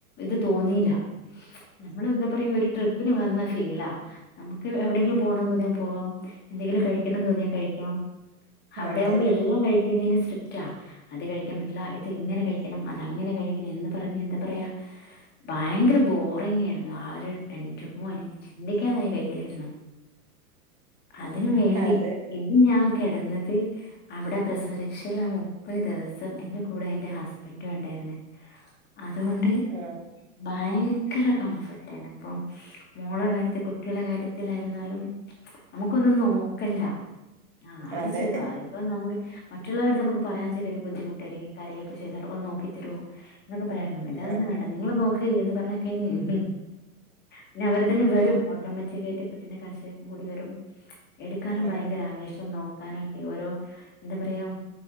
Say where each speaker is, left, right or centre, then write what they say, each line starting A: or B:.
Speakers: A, on the left; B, on the right.
A: ഇത് തോന്നില്ല നമ്മള് എന്താ പറയാ ഒരു ട്രിപ്പിന് വന്നാ ഫീലാ നമുക്ക് എവിടെങ്കിലും പോകണന്ന് തോന്നിയാ പോവാം എന്തെങ്കിലും കഴിക്കണം തോന്നിയാ കഴിക്കാം അവിടെ
B: അതെ
A: ആവുമ്പോ എല്ലാം കഴിക്കുന്നതിന് സ്ട്രിക്റ്റാ അത് കഴിക്കാൻ പറ്റില്ല ഇത് ഇങ്ങനെ കഴിക്കണം അത് അങ്ങനെ കഴിക്കണം എന്ന് പറഞ്ഞു എന്താ പറയാ ഭയങ്കര ബോറിംങ്ങ് ആയിരുന്നു ആ ഒരു എന്റുമ്മോ എനിക്ക് ചിന്തിക്കാൻ വരെ കഴിയില്ലായിരുന്നു അതിന് വേണ്ടി
B: അതെ
A: ഇത് ഞാൻ കെടന്നത് അവിടെ പ്രസവരക്ഷയിൽ ആ മുപ്പത് ദിവസം എന്റെ കൂടെ എന്റെ ഹസ്ബൻഡും ഉണ്ടായ്രുന്നു അതുകൊണ്ട്
B: ആഹ്
A: ഭയങ്കര കംഫർട്ട് ആയ്ന് അപ്പം മോളെ കാര്യത്തിൽ കുട്ടികളുടെ കാര്യത്തിലായിരുന്നാലും നമുക്കൊന്നും നോക്കണ്ട ആഹ അവര്
B: അതെ
A: ചെയ്തു അവര് അപ്പ നമുക്ക് മറ്റുള്ളവര്ടെത്ത് നമ്മക്ക് പറയാൻ ചെറിയരു ബുദ്ധിമുട്ടായിരിക്കും കരയോക്കെ ചെയ്താൽ ഒന്ന് നോക്കോ നോക്കി തെരോ എന്നൊക്കെ പറയായ്രുന്നു ഇതതൊന്നും
B: ആഹ്
A: വേണ്ട നിങ്ങള് നോക്കി എന്ന് പറഞ്ഞ കഴിഞ്ഞിലെ പിന്നെ അവര് തന്നെ വരും ഓട്ടോമാറ്റിക്കായിട്ട് കുട്ടിന്റെ കരച്ചിൽ കേട്ടാ ഓടി വരും എടുക്കാനും
B: ആഹ്
A: ഭയങ്കര നോക്കാനൊക്കെ ഓരോ എന്താ പറയാ